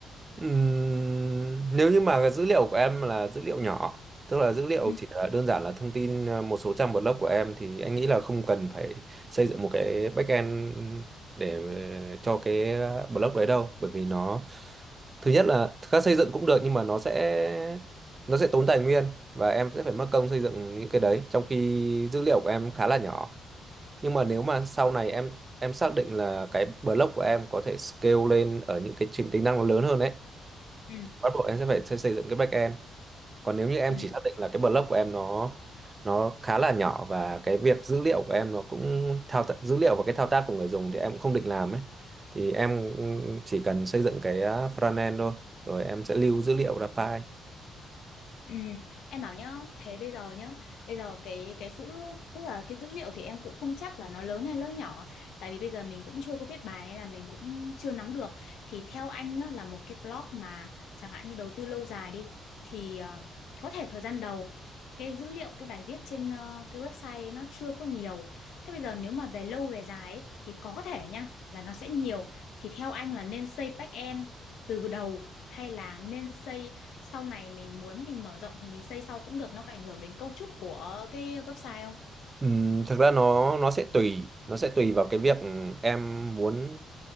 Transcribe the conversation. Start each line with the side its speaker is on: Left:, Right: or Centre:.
Right: Ừm, nếu như mà cái dữ liệu của em là dữ liệu nhỏ, tức là dữ liệu
Left: Ừ
Right: chỉ là đơn giản là thông tin ờ, một số trang blog của em thì anh nghĩ là không cần phải xây dựng một cái backend để ờ, cho cái ờ, blog đấy đâu, bởi vì nó thứ nhất là các xây dựng cũng được nhưng mà nó sẽ nó sẽ tốn tài nguyên và em sẽ phải mất công xây dựng những cái đấy trong khi dữ liệu của em khá là nhỏ. Nhưng mà nếu mà sau này em em xác định là cái blog của em có thể scale lên ở những cái trình tính năng nó lớn hơn ấy
Left: ừ.
Right: bắt buộc em sẽ phải xây xây dựng cái backend còn nếu như em
Left: ừ.
Right: chỉ xác định là cái blog của em nó nó khá là nhỏ và cái việc dữ liệu của em nó cũng thao tác dữ liệu và cái thao tác của người dùng thì em cũng không định làm ấy thì em chỉ cần xây dựng cái uh, frontend thôi rồi em sẽ lưu dữ liệu ra file
Left: Ừ, em bảo nhá, thế bây giờ nhá, bây giờ cái cái dữ tức là cái dữ liệu thì em cũng không chắc là nó lớn hay nó nhỏ, tại vì bây giờ mình cũng chưa có viết bài nên là mình cũng chưa nắm được. Thì theo anh nhá là một cái blog mà chẳng hạn như đầu tư lâu dài đi thì ờ, có thể thời gian đầu cái dữ liệu cái bài viết trên ờ, cái website nó chưa có nhiều. Thế bây giờ nếu mà về lâu về dài ấy, thì có thể nhá là nó sẽ nhiều. Thì theo anh là nên xây back end từ đầu hay là nên xây sau này mình muốn mình mở rộng thì mình xây sau cũng được nó có ảnh hưởng đến cấu trúc của cái website không
Right: Ừm, thực ra nó nó sẽ tùy nó sẽ tùy vào cái việc em muốn